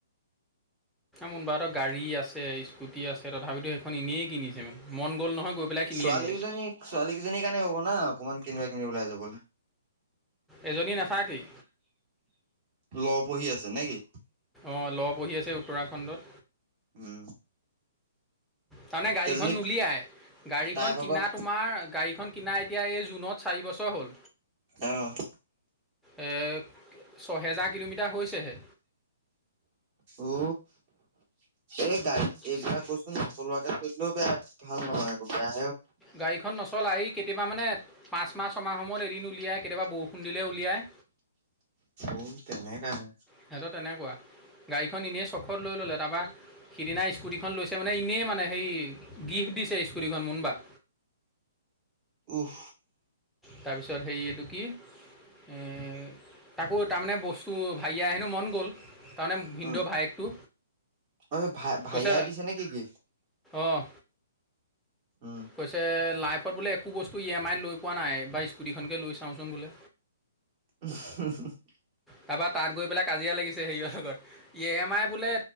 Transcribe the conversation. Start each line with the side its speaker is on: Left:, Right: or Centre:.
Centre: মোনবা ত গাড়ী আছে স্কুটি আছে তথাপিতো সেইখন এনেই কিনিছে মানে মন গ'ল নহয় গৈ পেলাই কিনি
Right: ছোৱালীকজনী
Centre: আনিলে
Right: ছোৱালীকেইজনীৰ কাৰণে হ'ব না অকমান কিনিবা কিনিবি ওলাই যাবলে
Centre: এজনী নাথাকেই
Right: ল পঢ়ি আছে নে কি
Centre: অঁ ল পহি আছে উত্তৰাখণ্ডত
Right: উম
Centre: তাৰমানে গাড়ীখন
Right: সেইজনী
Centre: নুলিয়াই গাড়ীখন
Right: তাই ভাগৰ
Centre: কিনা তোমাৰ গাড়ীখন কিনা এতিয়া এই জুনত চাৰি বছৰ হ'ল
Right: অহ
Centre: এ ছহেজাৰ কিলোমিটাৰ হৈছেহে
Right: উ এই গাড়ীখন এইবিলাক
Centre: চা-
Right: কচোন চলুৱাকে থলেও বেয়া ভাল নহয় আকৌ বেয়া
Centre: গাড়ীখন নচলাই এ কেতিয়াবা মানে পাঁচ মাহ ছমাহ মুলত এদিন উলিয়াই কেতিয়াবা বৰষুণ দিলে উলিয়ায়।
Right: উ তেনেকাহে
Centre: সিহঁত তেনেকুৱা গাড়ীখন এনেই চখত লৈ ল'লে তাৰপৰা সিদিনা স্কুটিখন লৈছে মানে এনেই মানে সেই গিফ্ট দিছে স্কুৰিখন মুবাক
Right: উহ
Centre: তাৰপিছত হেৰি এইটো কি এ তাকো তাৰমানে বস্তু ভাগি হেনো মন গ'ল তাৰমানে ভিন্দ'
Right: উম
Centre: ভাইেকটো
Right: অ ভাই ভাইয়াই
Centre: কৈছে
Right: দিছে নে কি গিফ্ট
Centre: অঁ
Right: উম
Centre: কৈছে লাইফ লাইফত বোলে একো বস্তু ই এম আইত লই পোৱা নাই এবা স্কুটিখনকে লৈ চাওঁচোন বোলে
Right: <unintelligible>
Centre: তাৰপৰা তাত গৈ পেলাই কাজিয়া লাগিছে হেৰিয়ৰ লগত ই এম আই বোলে